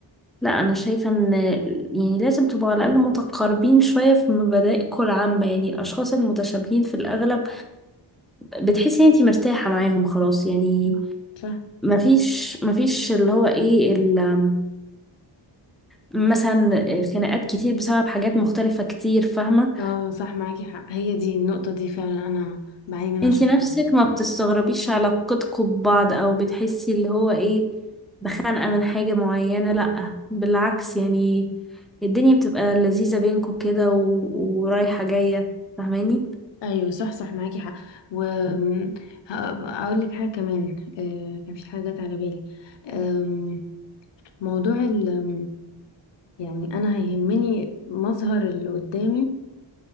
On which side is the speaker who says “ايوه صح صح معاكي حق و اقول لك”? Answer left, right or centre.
Left